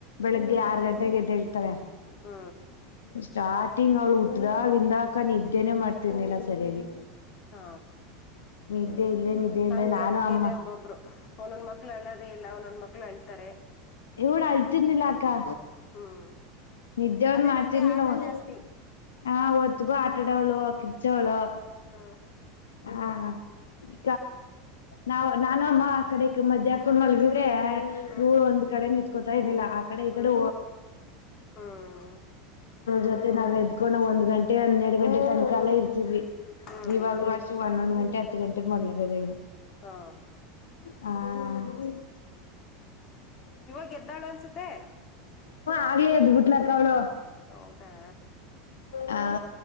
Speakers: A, on the left; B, on the left.
A: ಬೆಳಗ್ಗೆ ಆರು ಗಂಟೆ. ಹೇಳ್ತಾರೆ.
B: ಹಾ.
A: ಸ್ಟಾರ್ಟಿಂಗ್ ಅವ್ಳು ಹುಟ್ಟ್ದಾಗ ಹಿಂದಾಕ ನ ಇದ್ದೇನೆ ಮಾಡ್ತರ್ನಿಲ್ಲ ಸರಿಯಾಗಿ.
B: ಹಾ.
A: ನಿದ್ದೆ ಇಲ್ಲೇ ನಿದ್ದೆ ಇಲ್ಲೇ
B: ಹಂಗೆ
A: ನಾನು
B: ಹಂಗೇನೆ
A: ಅಮ್ಮ
B: ಒಬ್ಬೊಬ್ರು ಒಂದೊಂದ್ ಮಕ್ಳು ಅಳ್ಳೋದೇ ಇಲ್ಲ ಒಂದೊಂದ್ ಮಕ್ಳು ಅಳ್ತಾರೆ.
A: ಇವಡ ಅಳ್ತಿರ್ನಿಲ್ಲ ಅಕ್ಕಾ
B: ಹ್ಮ್
A: ನಿಿದ್ದೆ ಒನ್
B: ಅದೇ
A: ಮಾಡ್ತರ್ನಿಲ್ಲನ್.
B: ನಿದ್ದೆ ಆಟ ಜಾಸ್ತಿ
A: ಹಾ ಒತ್ತುಗೋ ಆಟಾಡ ಅವಳೋ ಕಿಡಚವಳೋ.
B: ಹಾ.
A: ಹಾ ಈ ನಾವು ನಾನ ಅಮ್ಮ ಆ ಕಡೆ ಮಜ್್ಯಾಕೊಂಡ ಮಲ್ಗ.
B: ಹ್ಮ್
A: ನೂರು ಒಂದ್ ಕಡೆ ನಿತ್ಕೋತಾ ಇದಿಲ್ಲ ಆ ಕಡೆ ಈ
B: ಹ್ಮ್
A: ಕಡೆ.
B: ಹ್ಮ್
A: ಜೊತೆ ನಾವ. ಕೊಂಡ ಒಂದ್ ಗಂಟೆ ಹನ್ನೆರಡು ಗಂಟೆ ತನ ಕಾಲ ಇರ್ತಿದ್ವಿ
B: ಹ್ಮ್
A: ಇವಾಗ್ರ್ಷ. ಪನ್ನೊಂದಂದು ಗಂಟೆ ಹತ್ತು ಗಂಟೆ ಮೊದಲ ಕದ ಎ
B: ಹಾ
A: ಹ. ಹ್ಮ
B: ಇವಾಗ ಎದ್ದಾಳು ಅನ್ಸುತ್ತೆ
A: ಆಗ್ಲಿೇ ಅದ್ ಬಿಟ್ಲಕ್ಕಣ
B: ಹೌದಾ
A: ಹ